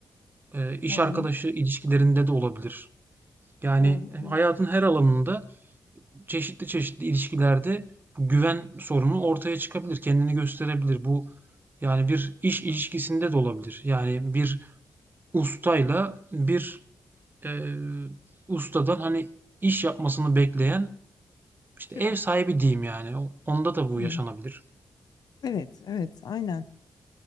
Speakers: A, on the right (about 30°); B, on the left (about 75°).
A: E, iş
B: Doğru.
A: arkadaşı ilişkilerinde de olabilir. Yani
B: Doğru.
A: e,
B: Evet.
A: hayatın her alanında çeşitli çeşitli ilişkilerde bu güven sorunu ortaya çıkabilir, kendini gösterebilir. Bu yani bir iş ilişkisinde de olabilir. Yani bir ustayla bir e, ustadan hani iş yapmasını bekleyen işte
B: Çırak.
A: ev sahibi diyeyim yani. Onda da bu
B: Hı.
A: yaşanabilir.
B: Evet, evet, aynen.